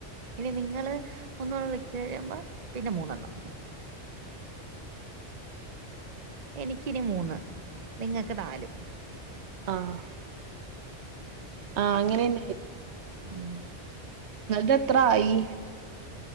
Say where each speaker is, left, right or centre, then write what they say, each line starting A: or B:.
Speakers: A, on the right; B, on the right.
A: ഇനി നിങ്ങള് ഒന്നൂട വിളിച്ച് കയ്മ്പ പിന്ന മൂന്നെണ്ണം
B: <inaudible>
A: എനിക്കിനി മൂന്ന് നിങ്ങക്ക് നാലും
B: അഹ് ആഹ അങ്ങനെന്നല്ലെ
A: ഉം
B: നിങ്ങൾതെത്രായി